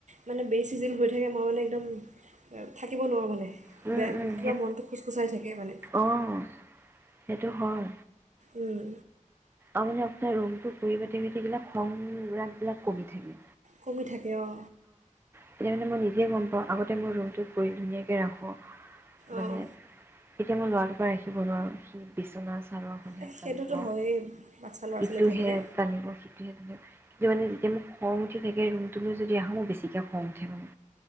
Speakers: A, on the right; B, on the right.
A: মানে বেচিজিল হৈ থাকে মই মানে একদম থাকিব নোৱাৰোঁ মানে।
B: সেই
A: বে, কিবা মনতো কুচকুচাই থাকে মান
B: অঁ সেইটো হয়
A: উম।
B: আৰু মানে আপোনাৰ ৰুমটো পৰিপাতি হৈ থাকিলে খং, ৰাগবিলাক কমি থাকে।
A: কমি থাকে অ'।
B: তেতিয়া মানে মই নিজে গম পাওঁ, আগতে মই ৰুমটোত পৰি ধুনীয়াকে ৰাখোঁ। মানে
A: অঁ
B: এতিয়া মই ল'ৰাটোৰ পৰা ৰাখিব নোৱাৰোঁ, সি বিচনা চাদৰ খনহে
A: এই
B: টানিব।
A: সেইটোতো হয়েই বাচ্ছা ল'ৰা ছোৱালী
B: ইটোহে
A: থাকিলে
B: টানিব, সিটোহে টানিব। মানে যেতিয়া মোক খং উঠি থাকে ৰুমটো লৈ যদি আহোঁ, মোৰ বেছিকে খং উঠে মানে।